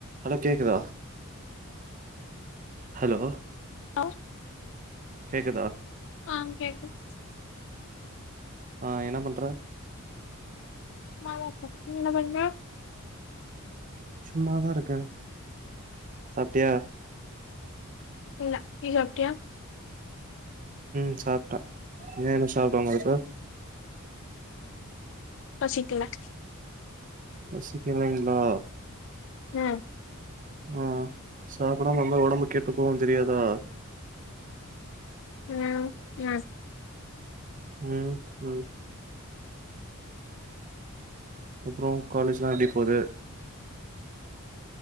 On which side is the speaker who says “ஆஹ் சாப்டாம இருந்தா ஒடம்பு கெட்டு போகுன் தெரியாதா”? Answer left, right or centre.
Right